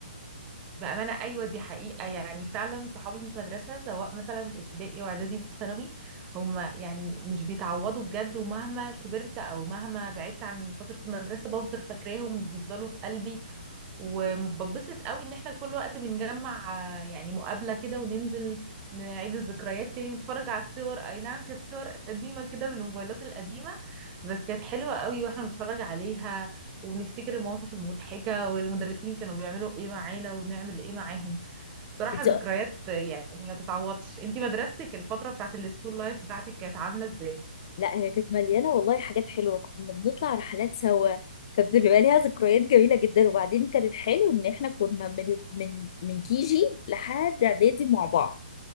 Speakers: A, on the right (about 15°); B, on the left (about 35°).
A: بأمانة أيوة دي حقيقة يعني فعلا صحاب المدرسة سواء مثلا ابتدائي وإعدادي وثانوي هم يعني مش بيتعوضوا بجد ومهما كبرت أو مهما بعدت عن فترة المدرسة بفضل فاكراهم بيفضلوا في قلبي وببسط قوي ان احنا كل وقت بنجمع آه، يعني مقابلة كده وننزل نعيد الذكريات تاني ونتفرج على الصور اي نعم كانت صور قديمة كده بالموبايلات القديمة بس كانت حلوة قوي واحنا بنتفرج عليها وبنفتكر المواقف المضحكة والمدرسين كانوا بيعملوا ايه معانا وبنعمل ايه معاهم صراحة
B: انت
A: ذكريات آه، يعني ما تتعوضش انتي مدرستك الفترة بتاعت السكول لايف بتاعتك كانت عاملة ازاي؟
B: لا هي كانت مليانة والله حاجات حلوة كنا بنطلع رحلات سوا كانت بتبقى ليها ذكريات جميلة جدا وبعدين كان الحلو إن احنا كنا من من من كيجي لحد إعدادي مع بعض